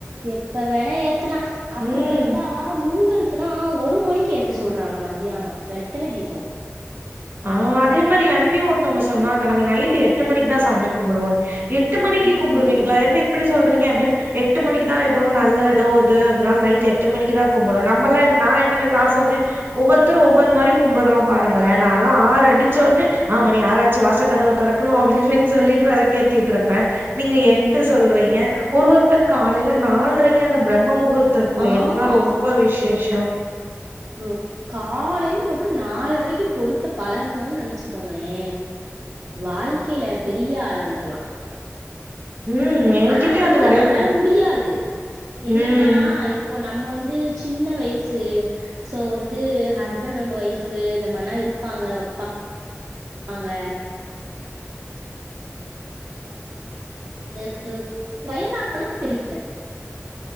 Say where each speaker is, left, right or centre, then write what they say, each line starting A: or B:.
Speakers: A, on the right (about 65°); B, on the right (about 50°).
A: எப்ப வேணா ஏத்தலா அப்டி
B: ம்.
A: பத்தா னா முருகருக்குன்னா ஒரு மணிக்கு ஏத்து சொல்றாங்க மத்தியானோ வெத்தல தீபோ
B: ஆ அதே மாரி என்டியு ஒருத்தவங்க சொன்னாங்க நாங்க நைட்டு எட்டு மணிக்கு தா சாமி கும்புடுவோன்னு எட்டு மணிக்கி
A: ம்
B: கும்புடுவீங்களா என்ன இ ப்டி சொல்றீங்க அப்டின் எட்டு மணிக்கு தா ஏதோ நல்ல ஏதோ இது அதனால நைட் எட்டு மணிக்குதா கும்புடுவோ நம்மள நா என்ன <inaudible> சொன்னே ஒவ்வொருத்தரு ஒவ்வொரு மாரி கும்புடுறோ பாருங்களே நாலா ஆறு அடிச்சோனே ஆ மணி ஆறாச்சு வாச கதவ தொறக்கணு அப்டிப்படின்னு சொல்லிட்டு விளக்கேத்திட்ருப்பே நீங்க
A: ம்
B: எட்டு சொல்றீங்க ஒரு ஒருத்தர் காலையில நால்ரை க்கி அந்த பிரம்ம முகூர்த்தத்துல
A: ஆமா
B: ஏத்தன ரொம்ப விசேஷ
A: ட்ரு காலையில மட்டு நாலரைக்கி பொருத்த பழகுணுனு நெனைச்சுக்கோங்களே வாழ்க்கையில பெரிய ஆளா வந்துர்லா
B: ம் என்கிட்டயும்
A: ஆனா வந்து
B: அது நெறைய
A: நம்மளால
B: பேர்
A: முடியாது என்னன்னா
B: ம்.
A: இப்போ நம்ம வந்து சின்ன வய்சு சோ வந்து ஹஸ்பண்ட் அண்ட் ஒய்ஃப் இந்த மாதிரிலா இருப்பாங்கப்பா வப்பாங் பாங்க அது வயசு <inaudible> தெரியது